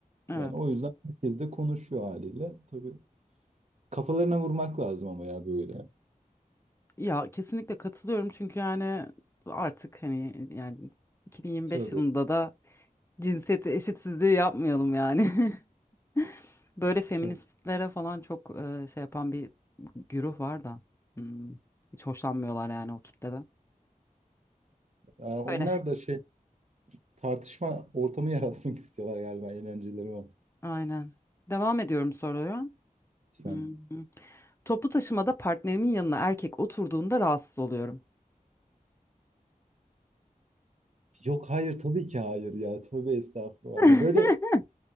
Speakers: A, on the left; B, on the right.
A: Evet.
B: Yani o yüzden herkes de konuşuyor haliyle. Tabii Kafalarına vurmak lazım ama ya böyle.
A: Ya kesinlikle katılıyorum çünkü yani artık hani yani 2025
B: Tövbe.
A: yılında da cinsiyet eşitsizliği yapmayalım yani. <laughs> Böyle feministlere
B: Çok.
A: falan çok e, şey yapan bir güruh var da Hmm, hiç hoşlanmıyorlar yani o kitleden.
B: Aa, onlar
A: Öyle.
B: da şey tartışma ortamı <laughs> yaratmak istiyorlar galiba eğlenceleri var.
A: Aynen. Devam ediyorum soruya.
B: Lütfen.
A: Hmm. Toplu taşımada partnerimin yanına erkek oturduğunda rahatsız oluyorum.
B: Yok hayır tabii ki hayır ya. Tövbe estağfurullah.
A: <laughs>
B: Ya böyle